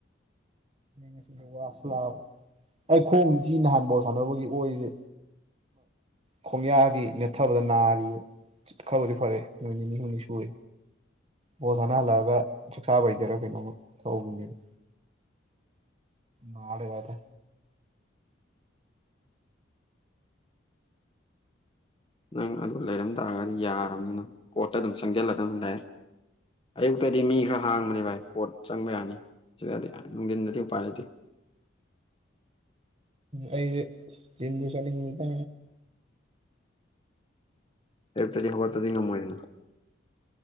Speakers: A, on the right; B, on the left.
A: ꯉꯁꯤ ꯋꯥꯁꯂꯥ ꯑꯩꯈꯣꯡ ꯁꯤ ꯅꯍꯥꯟ ꯐꯥꯎ ꯁꯥꯟꯅꯕꯒꯤ ꯑꯣꯏꯔꯤꯁꯦ ꯈꯣꯡꯌꯥꯒꯤ ꯅꯦꯠꯊꯕꯗ ꯅꯥꯔꯤꯕ ꯈꯕꯔ ꯐꯔꯦ ꯅꯣꯏꯅꯤꯅꯤ ꯍꯨꯅꯤ ꯁꯋꯦ ꯄꯣꯁꯥꯅ ꯍꯜꯂꯛꯑꯒ ꯆꯁꯥꯕ ꯍꯩꯗꯔꯥ ꯀꯩꯅꯣꯃ ꯊꯧꯕꯅꯤꯗ ꯃꯥꯔꯦ ꯀꯗꯦ
B: ꯅꯪ ꯑꯗꯨ ꯂꯩꯔꯝ ꯇꯥꯔꯒꯗꯤ ꯌꯥꯔꯕꯅꯤꯅꯪ ꯀꯣꯔꯠꯇ ꯑꯗꯨꯝ ꯆꯪꯁꯤꯜꯂꯗꯅ ꯂꯩꯔꯦ ꯑꯌꯨꯛꯇꯗꯤ ꯃꯤ ꯈꯔ ꯍꯥꯡꯕꯅꯦ ꯚꯥꯏ ꯀꯣꯔꯣꯠ ꯆꯪꯕ ꯌꯥꯅꯤ ꯁꯤꯗꯗꯤ ꯅꯨꯡꯊꯤꯟꯗꯗꯤ ꯎꯄꯥꯏ ꯂꯩꯇꯦ
A: ꯑꯩ ꯇꯤꯟ ꯁꯅꯤ ꯉꯇ
B: ꯑꯌꯨꯛꯇꯗꯤ ꯍꯧꯒꯠꯠꯇꯗꯤ ꯉꯝꯃꯣꯏꯗꯅ